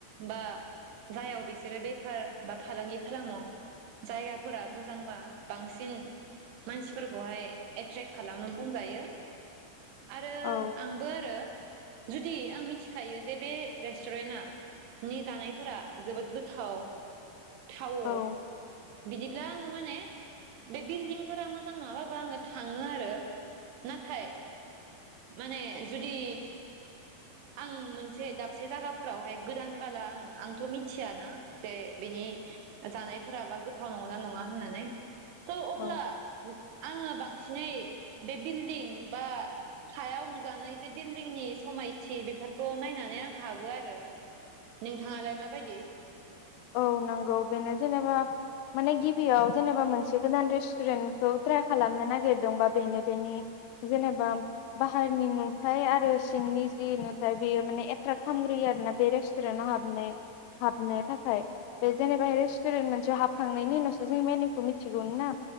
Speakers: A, on the right; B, on the left.
A: बा जायाव बिसोरो बेफार बा फालांगि खालामो जायगाफोरा मोजांबा बांसिन मानसिफोरखौहाय एट्रेक्ट खालामो बुंजायो। आरो
B: औ
A: आंबो आरो जुदि आं मिथिखायो जे बे रेस्टुरेन्टा नि जानायफोरा जोबोद गोथाव थावो
B: औ
A: बिदिब्ला आङो माने बे बिल्डिंफोरा मोजां नङाबाबो आङो थाङो आरो। नाथाय माने जुदि आं मोनसे दाबसे जागाफोरावहाय गोदान बला आङो आंथ' मिथियाना जे बिनि जानायफोराबा गोथाव नङना नङा होननानै थ' अब्ला
B: औ
A: आङो बांसिनै बे बिल्डिं बा सायाव नुजानाय जे बिल्डिंनि समायथि बेफोरखौ नायनानै आं हाबो आरो। नोंथाङालाय माबायदि?
B: औ नंगौ बेनो जेनेबा माने गिबियाव जेनेबा मोनसे गोदान रेस्टुरेन्टखौ ट्राइ खालामनो नागिरदोंबा बेनो बेनि जेनेबा बाहेरनि नुथाय आरो सिंनि जि नुथाय बेयो माने एट्रेक्ट खालामग्रोयो आरो ना। बे रेस्टुरेन्टआव हाब हाबनो था खाया बे जेनेबा रेस्टुरेन्ट मोनसे हाबखांनायनि उनावसो जों मेनुखौ मिथिगौ ना।